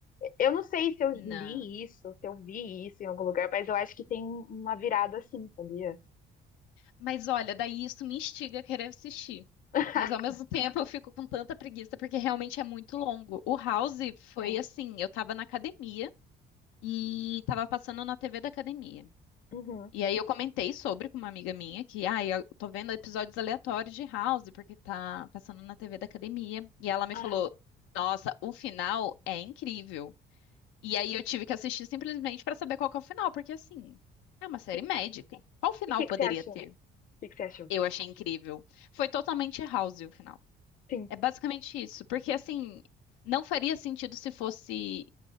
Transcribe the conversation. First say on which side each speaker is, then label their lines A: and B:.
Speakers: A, on the left; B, on the left.
A: Eu não sei se eu li
B: Não.
A: isso, se eu vi isso em algum lugar, mas eu acho que tem um- uma virada assim, sabia?
B: Mas olha, daí isso me instiga a querer assistir.
A: <laughs>
B: Mas ao mesmo tempo eu fico com tanta preguiça porque realmente é muito longo. O House foi
A: É.
B: assim, eu tava na academia e tava passando na TV da academia.
A: Uhum.
B: E aí eu comentei sobre com uma amiga minha que, ah, eu tô vendo episódios aleatórios de House porque tá passando na TV da academia. E ela me
A: Aham.
B: falou, nossa, o final é incrível. E aí eu tive que assistir simplesmente pra saber qual que é o final, porque assim, é uma série
A: E
B: médica. Qual final
A: o que
B: poderia
A: que você achou?
B: ter?
A: O que que você achou?
B: Eu achei incrível. Foi totalmente House o final.
A: Sim.
B: É basicamente isso. Porque, assim, não faria sentido se fosse